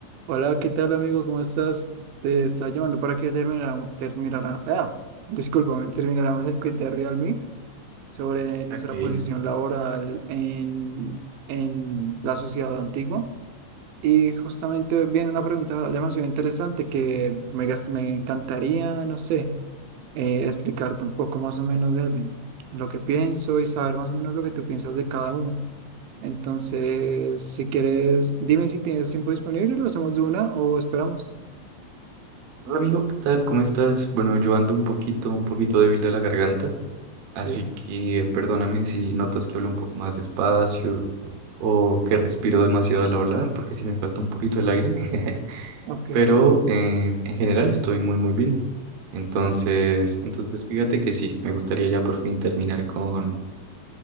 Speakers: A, on the right (about 85°); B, on the right (about 70°).
A: Hola, ¿qué tal amigo? ¿Cómo estás? Te estaba llamando para que termináramos, terminara, ah, discúlpame, termináramos el quiz de Realme sobre nuestra
B: Ok.
A: posición laboral en, en la sociedad antigua. Y justamente viene una pregunta demasiado interesante que me, gas- me encantaría, no sé, eh, explicarte un poco más o menos de lo que pienso y saber más o menos lo que tú piensas de cada uno. Entonces, si quieres, dime si tienes tiempo disponible, lo hacemos de una o esperamos.
B: Hola amigo, ¿qué tal? ¿Cómo estás? Bueno, yo ando un poquito, un poquito débil de la garganta, así
A: Sí,
B: que perdóname si notas que hablo un poco más despacio o que respiro demasiado al hablar, porque sí me falta un poquito el aire, <laughs>
A: ok,
B: pero eh, en general estoy muy, muy bien. Entonces, entonces fíjate que sí, me gustaría ya por fin terminar con,